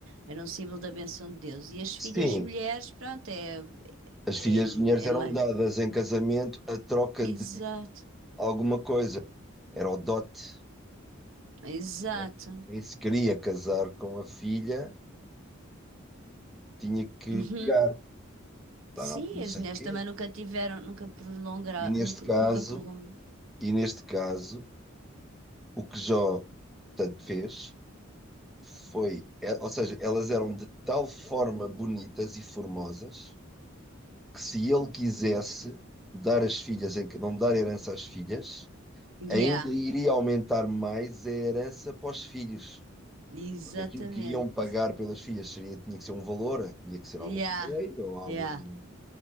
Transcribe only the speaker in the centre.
Sim,
as
filhas de mulheres
eram
dadas em casamento a troca
de alguma coisa. Era o dote,
não é? Quem se queria casar com a filha tinha que
pagar, lá não,
não sei
o quê.
E neste caso,
e neste caso, o que Jó tanto fez foi, é- ou seja, elas eram de tal forma bonitas e formosas que se ele quisesse dar as filhas, em que não dar herança às filhas,
ainda iria aumentar mais a herança para os filhos.
Porque aquilo que iam pagar pelas filhas seria, tinha que ser um valor, tinha que ser
algum rei ou algum,